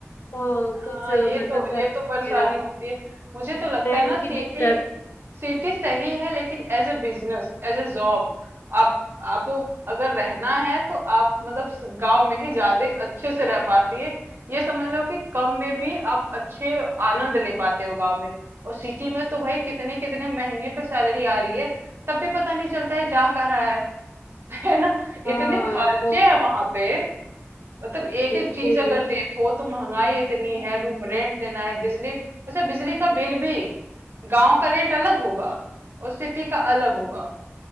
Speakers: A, on the left; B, on the right.
A: कुछ
B: हाँ
A: अ,
B: ये
A: मतलब
B: तो
A: घर
B: ये
A: वगैरह
B: तो परेशानी होती है मुझे तो लगता
A: रेंट
B: है ना सिटी
A: की दिक्कत
B: सिटी सही है लेकिन as a business as a job आप आपको अगर रहना है तो आप मतलब स- गांव में ही ज्यादा अच्छे से रह पाती है ये समझ लो कि कम में भी आप अच्छे आनंद ले पाते हो गांव में और सिटी में तो भाई कितने कितने महीने पे सैलरी आ रही है तब भी पता नहीं चलता है जा कहाँ रहा है <laughs> है ना
A: हाँ
B: इतने खर्चे
A: वो
B: हैं वहां पे मतलब एक
A: बिल्कुल
B: एक चीज अगर देखो तो महंगाई इतनी है रूम रेंट देना है बिजली अच्छा बिजली का बिल भी गांव का रेट अलग होगा और सिटी का अलग होगा